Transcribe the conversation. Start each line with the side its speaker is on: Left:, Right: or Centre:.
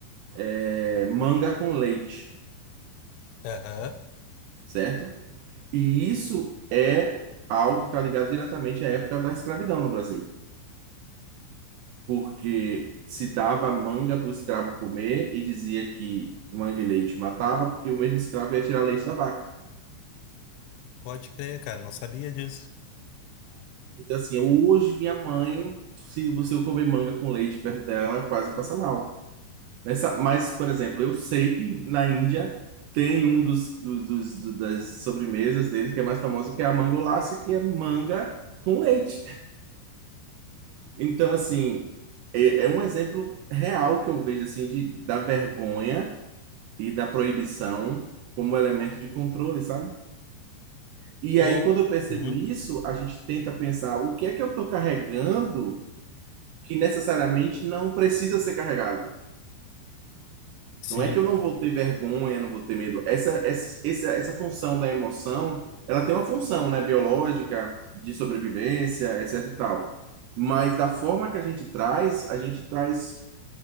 Right: é, manga com leite,
Left: aham,
Right: certo? E isso é algo que está ligado diretamente à época da escravidão no Brasil, porque se dava manga para o escravo comer e dizia que manga e leite matava, porque o mesmo escravo ia tirar leite da vaca.
Left: Pode crer, cara, não sabia disso.
Right: Então, assim, hoje minha mãe, se você comer manga com leite perto dela, quase passa mal. Nessa, mas, por exemplo, eu sei que na Índia tem um dos, dos- dos- dos- das sobremesas deles que é mais famosa, que é a mangolace, que é manga com leite. Então, assim, é, é um exemplo real que eu vejo, assim, de, da vergonha e da proibição como elemento de controle, sabe? E
Left: Pô,
Right: aí, quando eu percebo
Left: uhum,
Right: isso, a gente tenta pensar o que é que eu estou carregando que necessariamente não precisa ser carregado.
Left: sim,
Right: Não é que eu não vou ter vergonha, não vou ter medo. Essa, essa, essa, essa função da emoção, ela tem uma função, né, biológica, de sobrevivência, etc e tal. Mas da forma que a gente traz, a gente traz